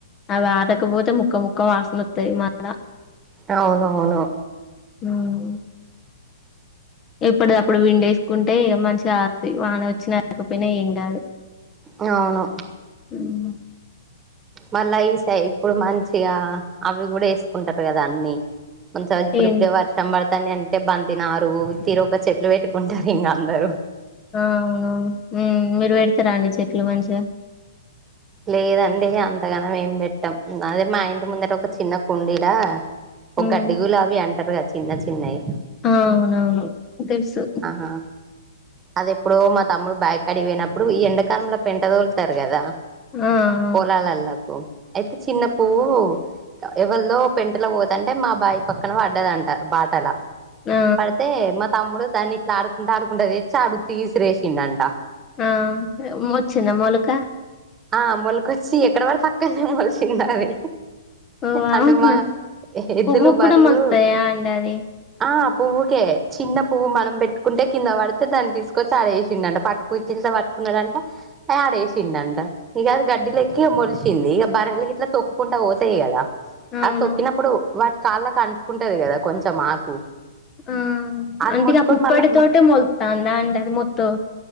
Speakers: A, on the left; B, on the right.
A: అవి ఆటకపోతే ముక్క ముక్క వాసన వస్తాయి మళ్ళా.
B: అవునవునో
A: ఉహ్మ్ ఎప్పడ్ది అప్పుడు విండ్ ఏసుకుంటే ఇగా మంచిగా అర్థయ్ వాన వచ్చిన రాకపోయినా ఏం కాదు.
B: న్యావును
A: హెయా
B: మళ్ళా ఇసై ఇప్పుడు మంచిగా అవి గూడా ఏసుకుంటారు గదా అండి. మంచాయద్ ఇప్పుడుప్పుడే
A: ఏం
B: వర్ష్ తం బడతాని అంటే బంతినారు తీరొక్క చెట్లు పెట్టుకుంటారు ఇగా అందరు.
A: ఆ అవును ఉహ్ మీరు వెడతారా అండి చెట్లు మంచిగా
B: లేదండి అంతగానం ఏం బెట్టాం అదే మా ఇంటి ముందార ఒక చిన్న కుండీలా.
A: హ్మ్
B: ఒక గడ్డిగులా అవి అంటారు గా చిన్న చిన్నయ్.
A: ఆ అవునవును తెలుసు
B: ఆహా అది ఎప్పుడు మా తమ్ముడు బ్యాగ్ అడివోయినప్పుడు ఈ ఎండాకాలంలో పెంటా తొల్తారు గదా
A: వా
B: పొలాలకు అయితే చిన్న పువ్వు. ఎవలదో పెంటలో పోతుంటే మా బాయ్ పక్కన పడ్డదంటా బాటలా
A: ఆ
B: పడితే మొంత్ తమ్ముడు దాన్ని ఇట్లా ఆడుకుంటూ ఆడుకుంటా తెచ్చి ఆడు ఉంతిగిసిరేసిడంట.
A: ఆ మోచ్చిందా మోలక
B: ఆ మొలకొచ్చి ఎక్కడ వడితే అక్కనే మొలషింది అది.
A: ఓ అవునా
B: అంటే మా ఎద్దులు
A: పువ్వుకు
B: బర్లు
A: కూడా మొలుస్తాయా అండి అది
B: ఆ పువ్వుకే చిన్న పువ్వు మనం బెట్టుకుంటే కింద వడితే దాన్ని దిసుకొచ్ ఆడేచిండంట పట్టక్ కూతుల్సా వట్టుకున్నాడంట యా ఆడేసిండంట. ఇగా అది గడ్డి లెక్కి మొల్చింది. ఇగా బర్రలు గిట్లా తొక్కుంకుంటా ఓతాయి గదా.
A: అవును
B: అది తొక్కినప్పుడు వాటి కాళ్ళకి అంటుకుంటది కదా కొంచెం ఆకు
A: ఉహ్
B: అది
A: అంటే
B: ముట్టుకొని
A: ఇగా ఆ పుప్పడి
B: మళ్ళా
A: తోటే మొల్తాందా అండి అది మొత్తం.